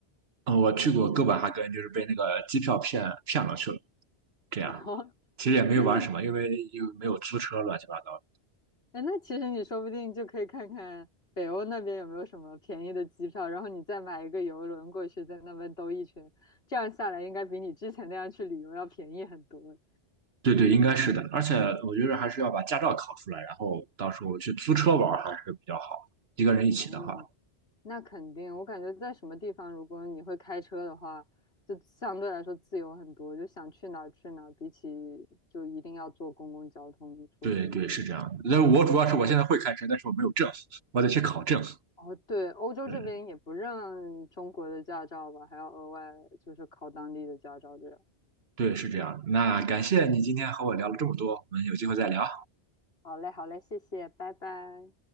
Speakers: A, on the right (about 70°); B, on the left (about 65°).
A: 嗯，我去过哥本哈根，就是被那个机票骗骗了去了，这样，
B: 哦，
A: 其实也没有玩什么，
B: <laughs> 那
A: 因为又没有租车，乱七八糟的
B: 哎，那其实你说不定就可以看看北欧那边有没有什么便宜的机票，然后你再买一个游轮过去，在那边兜一圈，这样下来应该比你之前那样去旅游要便宜很多。
A: 对对，应该是的，而且我觉得还是要把驾照考出来，然后到时候去租车玩还是比较好，一个人一起的话。
B: 嗯。那肯定，我感觉在什么地方，如果你会开车的话，就相对来说自由很多，就想去哪儿去哪儿，比起就一定要坐公共交通出行那样
A: 对对，是这样的。但是我主要是我现在会开车，但是我没有证，我得去考证。
B: 哦，对，欧洲这边也不认中国的驾照吧，
A: 对
B: 还要额外就是考当地的驾照这样。
A: 对，是这样。那感谢你今天和我聊了这么多，我们有机会再聊。
B: 好嘞，好嘞，谢谢，拜拜。